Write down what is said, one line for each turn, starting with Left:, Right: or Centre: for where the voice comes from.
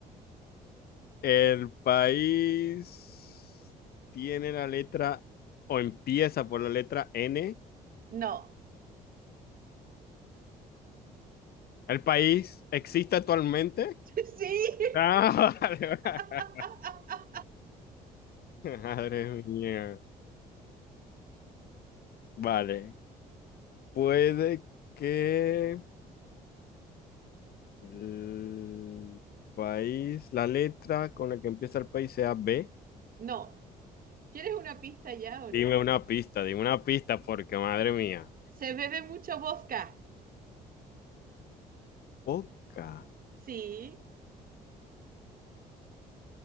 Left: El país tiene la letra o empieza por la letra N.
Right: no.
Left: ¿El país existe actualmente? <laughs>
Right: <laughs> Sí.
Left: Ah, vale, vale.
Right: <laughs>
Left: Madre mía. Vale. Puede que el país, la letra con la que empieza el país sea B.
Right: No. ¿Quieres una pista ya o
Left: Dime
Right: no?
Left: una pista, dime una pista, porque madre mía.
Right: Se bebe mucho vodka.
Left: Boca.
Right: Sí,